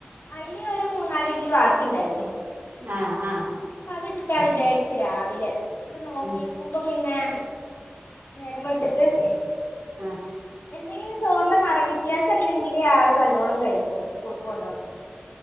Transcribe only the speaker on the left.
അതില് ഒരു മൂന്നാല് ഇഡ്ഡലി ബാക്കി ഉണ്ടായിരുന്നു
അപ്പൊ അത് എടുക്കാ വിചാരിച്ചു രാവിലെ ഇപ്പൊ നോക്കിയ
കുമ്പോ പിന്നെ നേരം വെളുത്തിട്ട്
എന്തെങ്കിലും ചോറിന്റെ നിറ വ്യത്യാസം ഉണ്ടേങ്കിൽ ആള് നല്ലോണം കഴിക്കും സ്കൂൾക്ക് കൊണ്ടോണത്